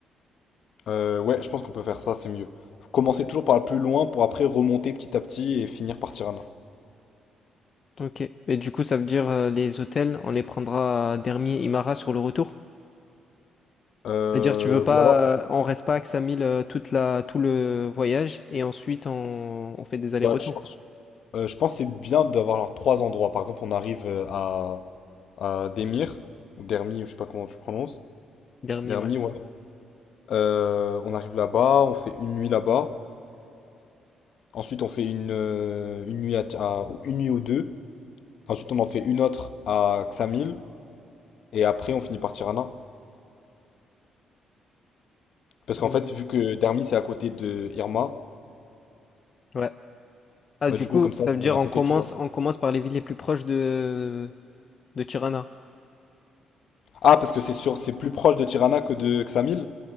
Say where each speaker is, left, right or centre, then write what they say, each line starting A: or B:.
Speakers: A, on the left (about 65°); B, on the left (about 45°).
A: Euh, ouais, je pense qu'on peut faire ça, c'est mieux. Commencer toujours par le plus loin pour après remonter petit à petit et finir par Tirana.
B: Ok. Et du coup, ça veut dire euh, les hôtels, on les prendra à Dermi et Imara sur le retour?
A: Euh,
B: C'est-à-dire, tu veux pas,
A: ou alors,
B: euh, on reste pas à Ksamil euh, toute la, tout le voyage et ensuite on, on fait des allers-retours.
A: bah, je pense. Euh, je pense que c'est bien d'avoir genre trois endroits. Par exemple, on arrive euh, à, à Demir, ou Dermi, ou je sais pas comment tu prononces.
B: Dermi,
A: Dermi,
B: ouais.
A: ouais. Euh, on arrive là-bas, on fait une nuit là-bas. Ensuite, on fait une, euh, une nuit à, Ti- à- ou une nuit ou deux. Ensuite, on en fait une autre à Xamil. Et après, on finit par Tirana. Parce qu'en
B: Mm.
A: fait, vu que Dermi, c'est à côté de Irma,
B: Ouais. Ah,
A: ouais,
B: du
A: du
B: coup,
A: coup, comme ça,
B: ça veut dire
A: on est à
B: on
A: côté,
B: commence,
A: tu vois.
B: on commence par les villes les plus proches de, de Tirana.
A: Ah, parce que c'est sûr, c'est plus proche de Tirana que de Xamil?